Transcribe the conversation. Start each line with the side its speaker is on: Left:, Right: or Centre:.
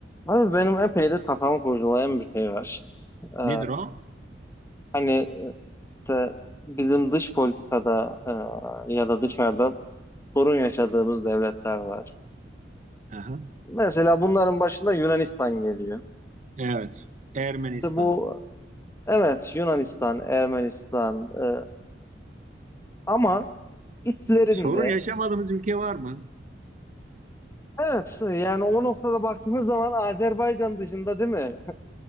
Left: Abi benim epey de kafamı kurcalayan bir şey var. Ee,
Right: Nedir o?
Left: hani işte bizim dış politikada e, ya da dışarıda sorun yaşadığımız devletler var.
Right: Aha.
Left: Mesela bunların başında Yunanistan geliyor.
Right: Evet. Ermenistan.
Left: İşte bu evet Yunanistan, Ermenistan e, ama içlerinde
Right: Sorun yaşamadığımız ülke var mı?
Left: evet yani o noktada baktığımız zaman Azerbaycan dışında değil mi?